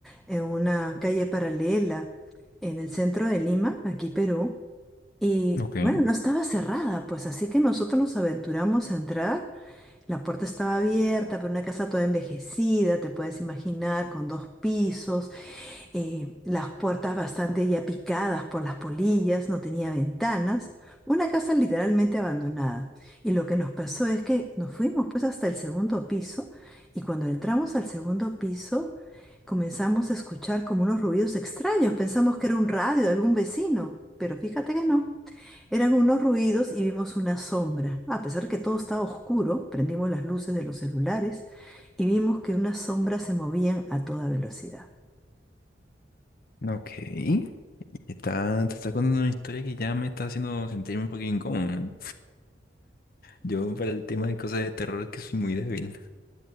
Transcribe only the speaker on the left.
Ok.
Ok. Y Está, te está contando una historia que ya me está haciendo sentirme un poquito incómodo, ¿no? Yo para el tema de cosas de terror es que soy muy débil.